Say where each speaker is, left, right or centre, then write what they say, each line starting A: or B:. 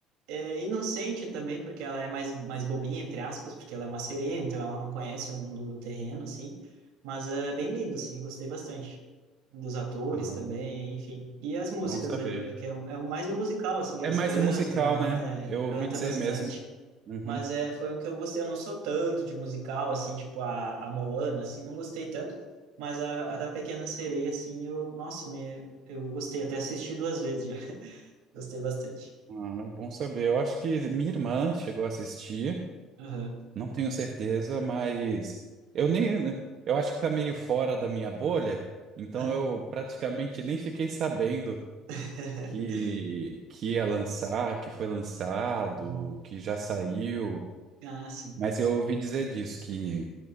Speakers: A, on the right; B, on the right.
A: é, inocente também porque ela é mais mais bobinha entre aspas porque ela é uma sereia então ela não conhece o mundo do terreno assim mas é bem lindo assim gostei bastante dos atores
B: Ah,
A: também, enfim. E as músicas,
B: bom saber.
A: é, é que é, um- é um- mais um musical, assim, que eles
B: É mais
A: cantam,
B: um musical,
A: né?
B: né? Eu
A: É, canta
B: ouvi dizer
A: bastante.
B: mesmo. Uhum.
A: Mas é, foi um que eu gostei. Eu não sou tanto de musical, assim, tipo a, a Moana, assim, não gostei tanto. Mas a, a da Pequena Sereia, assim, eu, nossa, me, eu gostei. Até assisti duas vezes já. <laughs> Gostei bastante.
B: Ah, bom saber. Eu acho que minha irmã chegou a assistir.
A: Aham.
B: Não tenho certeza, mas eu nem, né, eu acho que tá meio fora da minha bolha, então
A: Aham.
B: eu praticamente nem fiquei sabendo
A: <laughs>
B: que que ia lançar, que foi lançado,
A: Uhum.
B: que já saiu,
A: Ah, sim.
B: mas eu ouvi dizer disso que